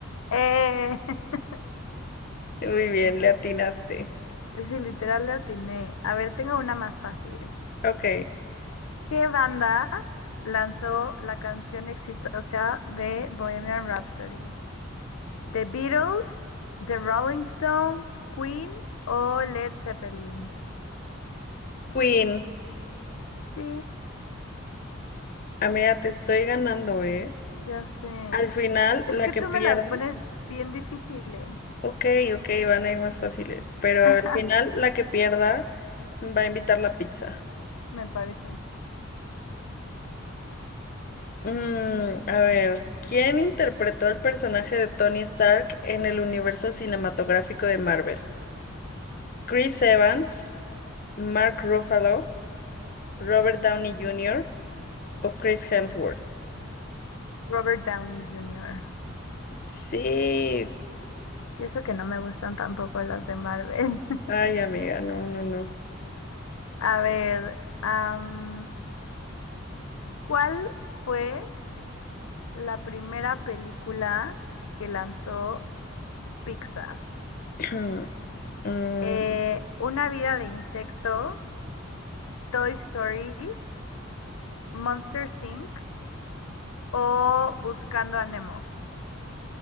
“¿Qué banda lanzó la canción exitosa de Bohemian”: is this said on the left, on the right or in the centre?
Left